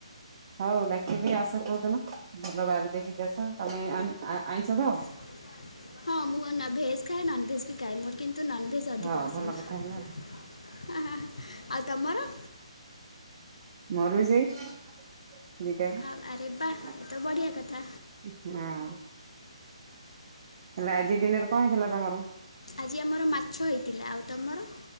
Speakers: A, on the right; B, on the left.
A: ହଉ ଡାକିବି ଆସ କୋଉଦିନ ଭଲ ବାର ଦେଖିକି ଆସ ତମେ ଆଇଁ ଆଇଁଷ ଖା‌ଅ?
B: <unintelligible> ହଁ ମୁଁ ଅନା ଭେଜ୍ ଖାଏ ନନ୍ଭେଜ୍ ବି ଖାଏ ମୋର କିନ୍ତୁ ନନ୍ଭେଜ୍ ଅଧିକ
A: ହଉ
B: ପସନ୍ଦ।
A: ଭଲ କଥା ହେଲା
B: ହ ହ ହ ଆଉ ତମର?
A: ମୋର ବି ସେଇ। <unintelligible>
B: ଆ- ଆରେ ବା ଏ ତ ବଢ଼ିଆ କଥା
A: ହଁ। ହେଲେ ଆଜି ଦିନରେ କଣ ହେଇଥିଲା ତମର।
B: ଆଜି ଆମର ମାଛ ହେଇଥିଲା ଆଉ ତମର?